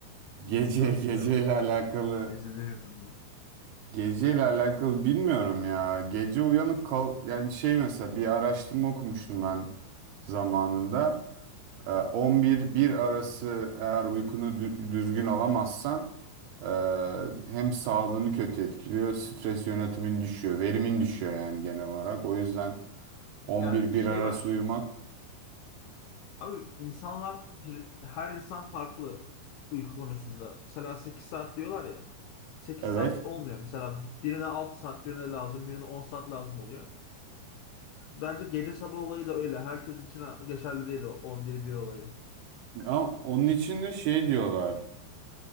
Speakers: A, on the right; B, on the left.
A: Gece
B: Hırsız
A: geceyle
B: demek.
A: alakalı
B: Gecede hırsız demek.
A: Geceyle alakalı bilmiyorum ya. Gece uyanık kal yani şey mesela bir araştırma okumuştum ben zamanında. Ee, on bir bir arası eğer uykunu dü- düzgün alamazsan e, hem sağlığını kötü etkiliyor, stres yönetimin düşüyor, verimin düşüyor yani genel olarak. O yüzden on
B: Ya
A: bir
B: şey
A: bir arası
B: var.
A: uyumak
B: Abi insanlar bir her insan farklı uyku konusunda. Mesela 8 saat diyorlar ya. 8
A: evet.
B: saat olmuyor. Mesela birine 6 saat, birine lazım, birine 10 saat lazım oluyor. Bence gece sabah olayı da öyle. Herkes için geçerli değil o 11-1 olayı.
A: Ama onun için de şey diyorlar.